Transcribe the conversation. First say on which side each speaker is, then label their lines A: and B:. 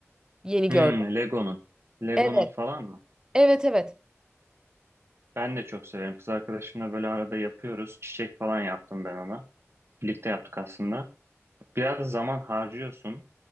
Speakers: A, on the right; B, on the right.
A: Yeni gördüm.
B: Hmm, Lego'nun. Lego'nun
A: Evet,
B: falan mı?
A: evet, evet.
B: Ben de çok severim. Kız arkadaşımla böyle arada yapıyoruz. Çiçek falan yaptım ben ona. Birlikte yaptık aslında. Biraz zaman harcıyorsun.